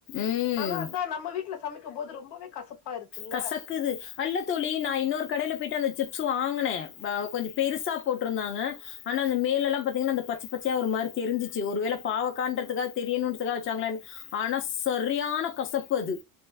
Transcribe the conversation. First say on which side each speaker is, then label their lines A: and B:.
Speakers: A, on the left; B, on the left.
A: ம்
B: ஆனா அதா நம்ம வீட்ல சமை க்க போது ரொம்பவே கசப்பா இருக்குல்ல
A: கசக்குது அல்ல தோழி நா இன்னொரு கடேல பேய்ட்டு அந்த சிப்ஸு வாங்குனே பாவ் கொஞ்சு பெருசா போட்ருந்தாங்க ஆனா அந்த மேலெல்லா பாத்தீங்ன்னா அந்த பச்சு பச்யா ஒரு மாரி தெரிஞ்சிச்சு ஒரு வேள பாவக்காண்றதுக்காக தெரியணுன்ற்துக்காக வச்சாங்களானு ஆனா சரியான கசப்பு அது